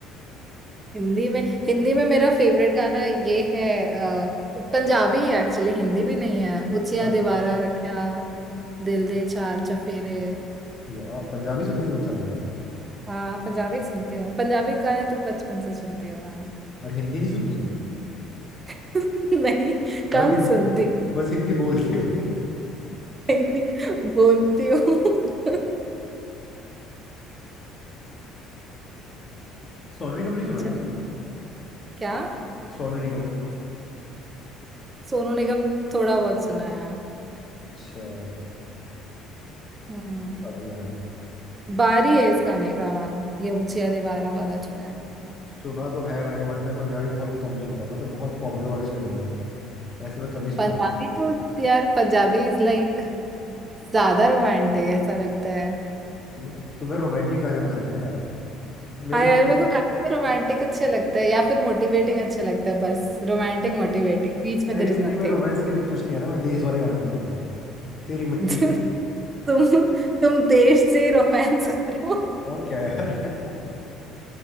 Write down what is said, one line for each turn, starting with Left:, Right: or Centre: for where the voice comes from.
Right: हिंदी में हिंदी में मेरा फेवरेट गाना ये है अ, पंजाबी एक्चुअली हिंदी भी नहीं है उचिया
Left: और
Right: दीवारा रखा दिल दे चार चफेरे
Left: वाह पंजाबी सुनती हो तुम सारे
Right: हाँ पंजाबी सुनती हूँ पंजाबी गाने तो बचपन से सुनती हूँ
Left: और हिंदी नहीं सुनती
Right: <laughs> नहीं कम
Left: बस
Right: सुनती हूँ,
Left: बस हिंदी बोलती हो
Right: <laughs> हिंदी बोलती हूँ <laughs>
Left: सोनू निगम नहीं सुना
Right: चल,
Left: क्या तुमने
Right: क्या
Left: सोनू निगम
Right: सोनू निगम थोड़ा बहुत सुना है
Left: अच्छा
Right: हम्म
Left: आदमी यार
Right: बारी है इस गाने का नाम ये ऊंचिया दीवारा वाला जो है
Left: सुना तो है मैंने बट मैं पंजाबी बहुत कम सुनता हूँ मतलब बहुत पॉपुलर वाले सुने हैं मैंने ऐसे मैं कम ही सुनता
Right: पंजाबी तो यार पंजाबी इज लाइक ज्यादा रोमांटिक ऐसा लगता है
Left: हूँ तुम्हें तुम्हें रोमांटिक गाने पसंद है ना यार मेरी
Right: हाँ यार मेरे को गाने रोमांटिक अच्छे लगते हैं या फिर मोटिवेटिंग अच्छे लगते हैं बस रोमांटिक मोटिवेटिंग बीच में
Left: मेरी
Right: देर
Left: जिंदगी
Right: इज नथिंग
Left: में रोमांस के कुछ नहीं है ना मैं देश वाले गाने सुनता हूँ तेरी मिट्टी
Right: <laughs> तुम तुम देश से रोमांस <laughs> करो
Left: और क्या यार <laughs>